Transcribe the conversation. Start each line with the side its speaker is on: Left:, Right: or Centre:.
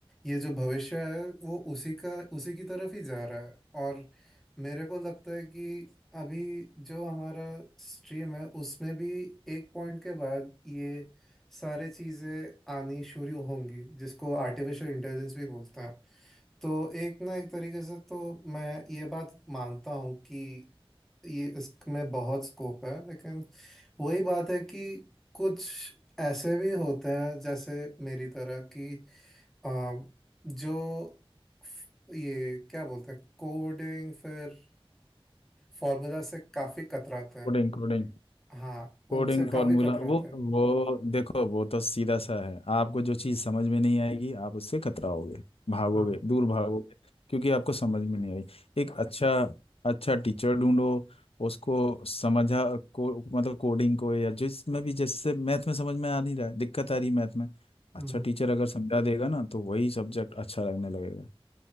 Centre: ये जो भविष्य है वो उसी का उसी की तरफ ही जा रहा है और मेरे को लगता है कि अभी जो हमारा स्ट्रीम है उसमें भी एक पॉइंट के बाद ये सारी चीज़ें आनी शुरू होंगी जिसको आर्टिफिशियल इंटेलिजेंस भी बोलते हैं तो एक ना एक तरीके से तो मैं ये बात मानता हूँ कि ये इसमें बहुत स्कोप है लेकिन वही बात है कि कुछ ऐसे भी होते हैं जैसे मेरी तरह कि आ, जो फ- ये क्या बोलते हैं कोडिंग फिर फॉर्मूला से काफी कतराते हैं
Left: कोडिंग कोडिंग
Centre: हाँ
Left: कोडिंग
Centre: उनसे
Left: मैंने फॉर्मूला
Centre: काफी कतराते
Left: वो
Centre: हैं
Left: वो देखो वो तो सीधा सा है आपको जो चीज़ समझ में नहीं आएगी आप उससे कतराओगे भागोगे
Centre: हाँ
Left: दूर भागोगे क्योंकि आपको समझ में नहीं आएगी एक अच्छा अच्छा टीचर ढूंढो उसको समझा को मतलब कोडिंग को या जिसमें भी जैसे मैथ में समझ में आ नहीं रहा है दिक्कत आ रही है मैथ में अच्छा
Centre: हम्म
Left: टीचर अगर समझा देगा ना तो वही सब्जेक्ट अच्छा लगने लगेगा